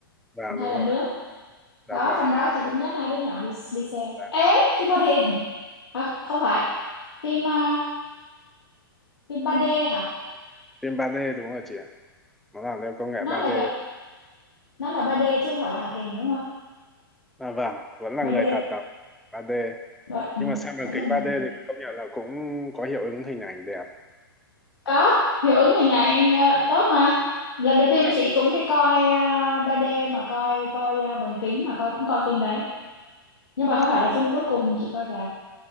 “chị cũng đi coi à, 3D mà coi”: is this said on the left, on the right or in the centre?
Left